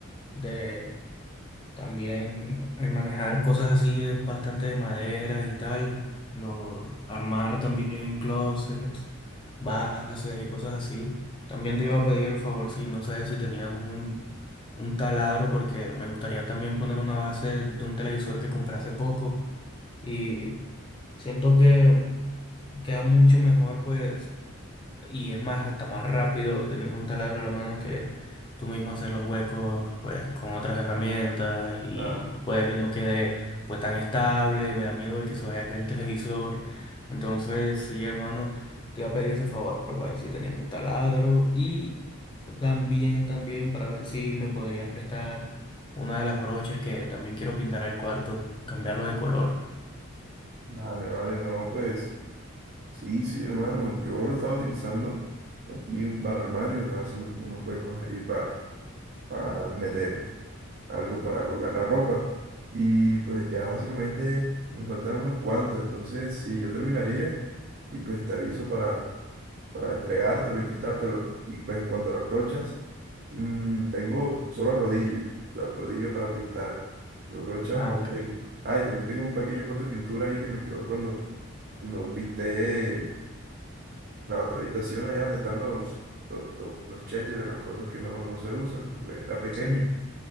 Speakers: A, on the left; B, on the right.
A: de también el manejar cosas así de- bastante de maderas y tal, lo, armar también closets, bases y cosas así. También te iba a pedir el favor si no sé si tenías un, un taladro porque me gustaría también poner una base de un televisor que compré hace poco y siento que queda mucho mejor pues y es más, hasta más rápido tener un taladro a la mano que tú mismo hacer los huecos, pues, con otras herramientas y
B: Claro,
A: puede que Claro. no quede, pues, tan estable, me da miedo de que se vaya a caer el televisor. Entonces, sí, hermano, te iba a pedir ese favor para ver si tenías un taladro y también, también para ver si me podrías prestar una de las brochas que también quiero pintar al cuarto, cambiarlo de color.
B: vale, vale, no, pues sí, sí, hermano, yo lo estaba utilizando aquí para el armario, estaba haciendo como unos huecos ahí para meter. algo para colgar la ropa. Y pues ya básicamente me faltan unos cuantos, entonces sí, yo terminaría y pues te aviso para, para entregártelo y prestártelo. Y pues en cuanto a las brochas, mm, tengo solo el rodillo, o sea, el rodillo para pintar. La brocha
A: Ah,
B: no
A: ok.
B: tengo. Ah, y también tengo un pequeño pote de pintura ahí que me quedó cuando, cuando pinté la otra habitación allá donde están los, los, los, los chécheres, las cosas que no, no se usan. Pues, Era pequeño
A: Sí.
B: y